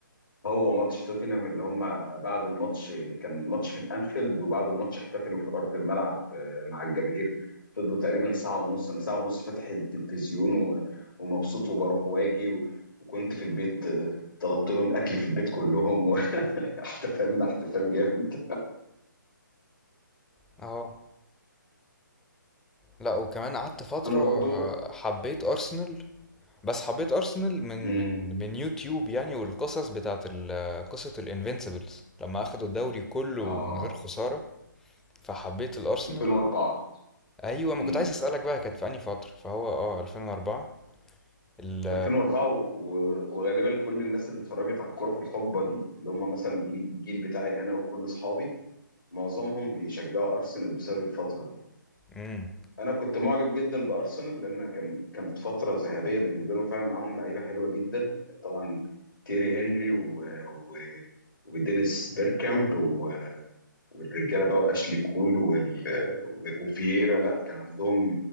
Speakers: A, on the left; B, in the centre.
A: هو ماتش توتنهام اللي هم بعد الماتش كان ماتش في الانفيلد وبعد الماتش احتفلوا في ارض الملعب آه، مع الجماهير فضلوا تقريبا ساعه ونص انا ساعه ونص فاتح التلفزيون و- ومبسوط وبروح واجي و- وكنت في البيت آه، طلبت لهم اكل في البيت كلهم واحتفلنا <laughs> احتفال جامد
B: اه لا وكمان قعدت فترة
A: انا برضو
B: آه، حبيت ارسنال بس حبيت ارسنال من
A: امم
B: من من يوتيوب يعني والقصص بتاعت ال- قصة الانفينسيبلز لما اخدوا الدوري كله
A: اه
B: من غير خسارة فحبيت الارسنال
A: 2004
B: ايوه ما
A: امم
B: كنت عايز اسالك بقى كانت في انهي فترة فهو اه 2004 ال
A: 2004 و- وغالبا كل الناس اللي اتفرجت على الكوره في الحقبه دي اللي هم مثلا الجيل بتاعي انا وكل اصحابي معظمهم بيشجعوا ارسنال بسبب الفتره دي
B: امم
A: انا كنت معجب جدا بارسنال لان كان كانت فتره ذهبيه بالنسبه لهم فعلا معاهم لعيبه حلوه جدا طبعا تيري هنري و... و... ودينيس بيركامب و... والرجاله بقى واشلي كول وال... و... وفييرا لا كان عندهم